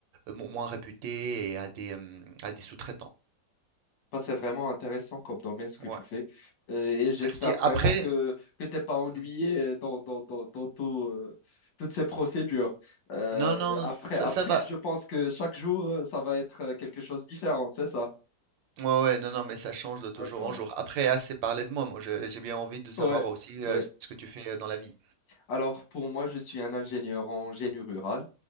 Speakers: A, on the right; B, on the left.
A: mo- moins réputés et à des, hum, à des sous-traitants.
B: Bah, c'est vraiment intéressant comme domaine ce que
A: Ouais,
B: tu fais. Euh, et j'espère
A: merci.
B: vraiment
A: Après,
B: que, que tu n'es pas ennuyé
A: hmm,
B: euh, dans, dans, dans, dans tout, euh, toutes ces procédures. Euh,
A: non, non,
B: après,
A: ça,
B: après,
A: ça va.
B: je pense que chaque jour, euh, ça va être euh, quelque chose de différent, c'est ça?
A: Ouais, ouais, non, non, mais ça change de toujours
B: D'accord.
A: en jour. Après, assez parlé de moi. Moi, je- j'ai bien envie de savoir
B: Ouais,
A: aussi
B: ouais.
A: euh, ce que tu fais euh, dans la vie.
B: Alors, pour moi, je suis un ingénieur en génie rural